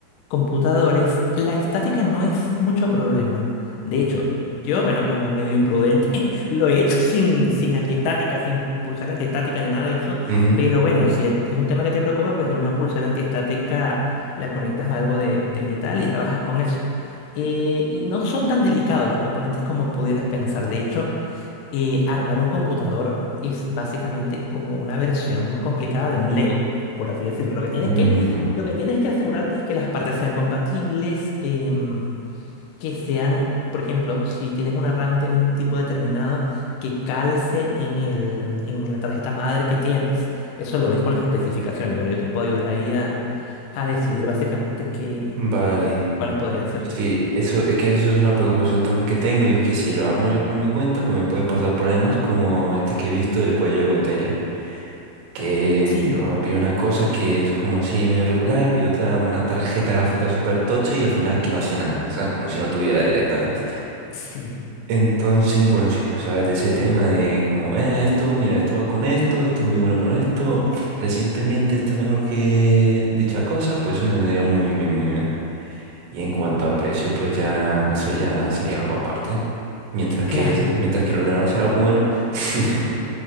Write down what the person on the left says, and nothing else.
computadores, la estática no es mucho problema. De hecho, yo, bueno, como medio imprudente, <laughs> lo he hecho sin, sin antiestática, sin pulsera antiestática ni nada de eso.
Pero bueno, si es un tema que te preocupa, pues una pulsera antiestática la conectas a algo de, de metal y trabajas con eso. Eh, y no son tan delicados los componentes como pudieras pensar. De hecho, eh, armar un computador es básicamente como una versión complicada de un Lego, por así decirlo. Lo que tienes
que, lo que tienes que asegurarte es que las partes sean compatibles, em, que sean, por ejemplo, si tienes una RAM de un tipo determinado, que calce en el, en la tarjeta madre que tienes. Eso lo ves con las especificaciones. Bueno, yo te puedo ayudar ahí a, a decidir básicamente qué,
cuáles podrían ser.
Sí,
sí,
claro.